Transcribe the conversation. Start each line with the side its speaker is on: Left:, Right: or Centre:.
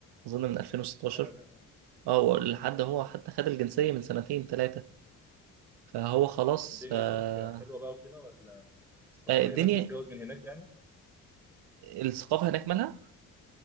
Right: اظن من 2016
Centre: كندا آه،
Right: اه لحد
Centre: ان شاء
Right: هو
Centre: الله
Right: حتى خد الجنسيه من سنتين ثلاثه فهو خلاص
Centre: والدنيا
Right: آه،
Centre: هناك حلوه بقى وكده ولا استقر
Right: آه، الدنيا
Centre: هناك واتجوز من هناك يعني
Right: الثقافة هناك مالها؟